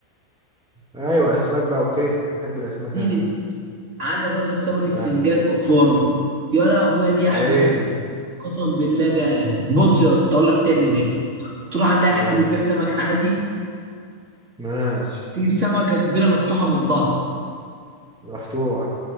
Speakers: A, in the centre; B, on the right (about 50°).
A: ايوه اسماك بقى وكده بحب الاسماك
B: اديني
A: انا
B: عندك اصلا السمك السنجاري
A: ايوه
B: في الفرن يا لهوي يا دي يا
A: يا
B: احمد
A: عيني
B: قسم بالله جامد بص يا اسطى اقول لك تعمل ايه تروح عند اي حد
A: آه.
B: بيبيع سمك عادي
A: ماشي
B: تجيب سمكه كبيره مفتوحه من الظهر
A: مفتوح